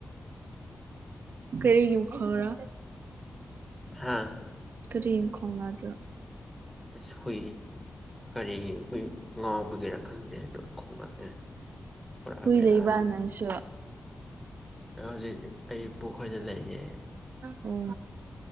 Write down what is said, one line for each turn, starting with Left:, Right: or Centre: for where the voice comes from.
Right: ꯀꯔꯤꯒꯤꯝ ꯈꯪꯔꯥ
Centre: ꯍꯥꯥ
Right: ꯀꯔꯤ ꯈꯣꯡꯅꯗꯣ
Centre: ꯑꯁ ꯍꯨꯏ ꯀꯔꯤ ꯍꯨꯏ ꯉꯥꯎꯕꯒꯤꯔ ꯈꯪꯗꯦ ꯑꯗꯨꯝ ꯈꯣꯡꯂꯛꯑꯦ ꯄꯨꯔꯛꯑ
Right: ꯍꯨꯏ
Centre: ꯄꯦꯔꯛꯑꯅꯤ
Right: ꯂꯩꯕ꯭ꯔꯥ ꯅꯪꯁꯨ
Centre: ꯍꯧꯖꯤꯛ ꯑꯩ ꯄꯨꯈꯣꯏꯗ ꯂꯩꯌꯦ
Right: ꯑꯣ